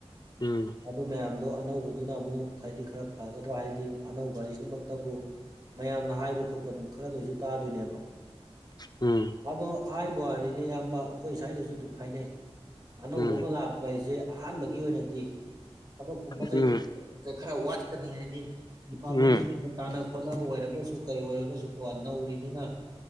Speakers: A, on the left; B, on the right.
A: ꯎꯝ ꯎꯝ
B: ꯑꯗꯨ ꯃꯌꯥꯝꯗꯣ ꯑꯅꯧꯕꯗꯨꯅ ꯑꯃꯨꯛ ꯍꯥꯏꯗꯤ ꯈꯔ ꯐꯒꯗ꯭ꯔꯥ ꯍꯥꯏꯗꯤ ꯑꯅꯧꯕ ꯍꯥꯏꯁꯤꯗꯃꯛꯇꯕꯨ ꯃꯌꯥꯝꯅ ꯍꯥꯏꯕ ꯈꯣꯠꯄ ꯑꯗꯨꯝ ꯈꯔꯗ ꯑꯣꯏꯔꯁꯨ ꯇꯥꯗꯣꯏꯅꯦꯕ
A: ꯎꯝ ꯎꯝ
B: ꯑꯗꯣ ꯍꯥꯏꯕꯅꯤ ꯏꯌꯥꯝꯕ ꯑꯩꯈꯣꯏ ꯁ꯭ꯋꯥꯏꯗꯁꯨ ꯑꯗꯨꯝ ꯍꯥꯏꯅꯩ ꯑꯅꯧꯕ
A: ꯎꯝ
B: ꯑꯃ ꯂꯥꯛꯄ ꯍꯥꯏꯁꯦ ꯑꯍꯥꯟꯕꯒꯤ ꯑꯣꯏꯅꯗꯤ ꯊꯕꯛ ꯀꯨꯝꯕ ꯆꯩꯩꯒꯨꯝꯕ
A: ꯎꯝ ꯎꯝ
B: ꯈꯔ ꯋꯥꯠꯄ ꯍꯥꯏꯗꯤ ꯗꯤꯄꯥꯔꯠꯃꯦꯟꯒꯤ
A: ꯎꯝ ꯎꯝ
B: ꯇꯥꯟꯅ ꯈꯣꯠꯅꯕ ꯑꯣꯏꯔꯒꯁꯨ ꯀꯩ ꯑꯣꯏꯔꯒꯁꯨ ꯑꯣ ꯑꯅ ꯎꯔꯤꯃꯤꯅ